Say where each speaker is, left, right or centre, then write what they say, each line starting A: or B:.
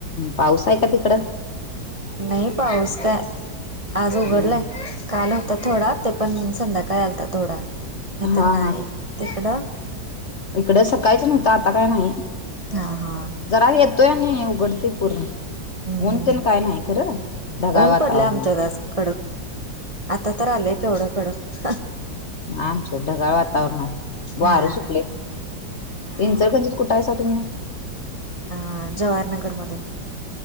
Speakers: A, on the left (about 50°); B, on the right (about 30°).
A: पाऊस आहे का तिकडं
B: नाही पाऊस काय आज उघडलं
A: हम्म
B: काल होतं. थोडा ते पण संध्याकाळी आलता थोडा नाहीतर
A: हा
B: नाही तिकडं
A: इकडे सकाळीच नव्हतं आता काय नाही.
B: हां हां
A: जरा येतोय आणि उघडते पूर्ण
B: हम्म हम्
A: ऊन तेन काय नाही खरं ढगाळ
B: ऊन
A: वातावरण
B: पडल्या आमच्याकडं
A: आहे.
B: आज कडक आता तर आलेय तेवढं कडक
A: आमच ढगाळ वातावरण आहे वार
B: हा
A: सुटले.
B: हा
A: इंचलकरंजीत कुठाय सा तुम्ही
B: अ जवाहरनगर मध्ये